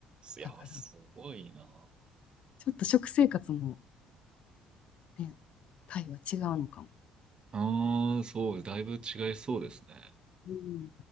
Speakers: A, on the right (about 40°); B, on the left (about 60°).
A: いやー、
B: だから、
A: すごいな。
B: ちょっと食生活もね、タイは違うのかも。
A: ああ、そう、だいぶ違いそうですね。
B: うん。